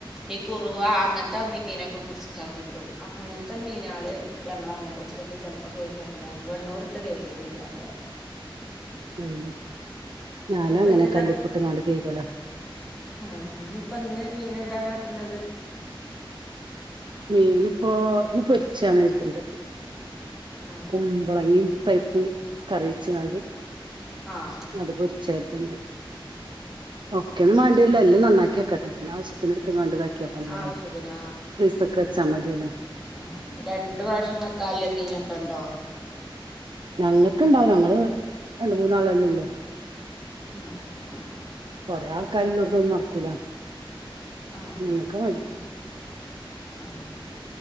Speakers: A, in the centre; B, on the right (about 60°).
A: ഈ കുറവാ അങ്ങനത്തെ മീനൊക്കെ പുടികാൻ കിട്ടും അങ്ങനത്തെ മീനാൾ ഞങ്ങളങ്ങനെ ഉപ്പിട്ട് ചെലപ്പോ കൈകലാണ് വെണ്ണൂറിട്ട് കൈകലില്ല ഇവിടെ
B: ഉം ഞാനും
A: ഇന്നിപ്പം
B: അങ്ങനെ
A: ഇനി
B: കല്ലുപ്പിട്ട്ങ്ങാട്ട് കൈകലാ
A: ആഹ ഇഞ് ഇപ്പ ഇന്ന് മീനെന്താ കാട്ട്ണത്.
B: മീൻ ഇപ്പോ ഇന്ന് പൊരിച്ചാണ് കരുതിയത് <unintelligible>
A: ആഹ്
B: കുമ്പളങ്ങി പരിപ്പും കറിവച്ച്ങ്ങാണ്ട്
A: ആഹ് ആഹ്
B: അത് പൊരിച്ച ണ്ട് ഒകെന്നും മാണ്ടി വരൂല എല്ലും നന്നാക്കി വെക്കട്ടെ പിന്നെ ആവശ്യത്തിന് ഇടുത്തുങാണ്ട് ഇതാക്കിയാൽ മതിയല്ലോ
A: ആവശ്യത്തിന്
B: ഫ്രീസർക് വെച്ചാമതിയല്ലോ
A: ആ രണ്ട് പ്രാവിശ്യം വെക്കാന്ളെ മീനൊക്കെ ഉണ്ടോ
B: ഞങ്ങൾക്ക് ഇണ്ടാവും ഞങ്ങള് രണ്ട് മൂന്നാളല്ലേ ഒള്ളൂ
A: ആഹ് ആഹ്
B: കൊറെ ആൾക്കാര് ഇള്ളോട്തൊന്നും നടക്കൂല
A: ആഹ്
B: ഞങ്ങൾക്ക് മതി
A: ആഹ് ഈ